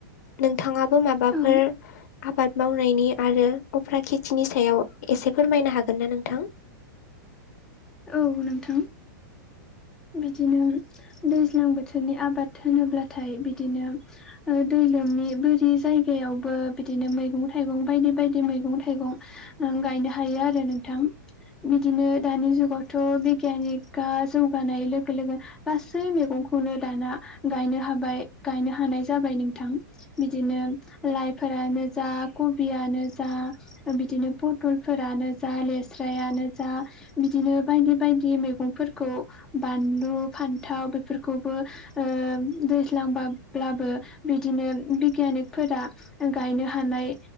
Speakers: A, on the left; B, in the centre.
A: नोंथाङाबो माबा। फोर।
B: औ
A: आबाद मावनायनि आरो उफ्रा खेतिनि सायाव एसे फोरमायनो हागोन ना नोंथां? <inaudible>
B: औ नोंथा। बिदिनो दैज्लां बोथोरनि आबाद होनोब्लाथाय बिदिनो दै लोम। बोरि जायगायावबो बिदिनो मैगं-थाइगं बायदि-बायदि मैगं-थाइगं गायनो। हायो आरो नोंथां बिदिनो दानि जुगावथ' बिगियानिकआ जौगानाय लोगो। लोगो गासै मैगंखौनो दाना गायनो हाबाय गायनो हानाय जाबाय नोंथां। बिदिनो लाइफोरानो जा कबियानो जा बिदिनो पटलफोरा। नो जा लेस्रायानो जा बिदिनो बायदि-बायदि मैगं फोरखौ। बानलु, फान्थाव बेफोरखौबो ओ दैज्लांब्लाबो बिदिनो। बिगियानिकफोरा गायनो हानाय